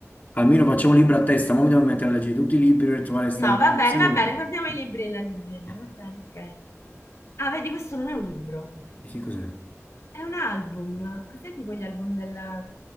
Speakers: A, on the left (about 35°); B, on the left (about 65°).
A: Almeno facciamo un libro a testa, ma mi devo mettere a leggere tutti i libri per trovare questa
B: No,
A: comprensione.
B: va bene, va bene, guardiamo
A: Eh,
B: i libri nella libreria,
A: eh,
B: va bene, ok. Ah, vedi, questo non è un libro,
A: e che cos'è?
B: è un album. Sai tipo gli album della...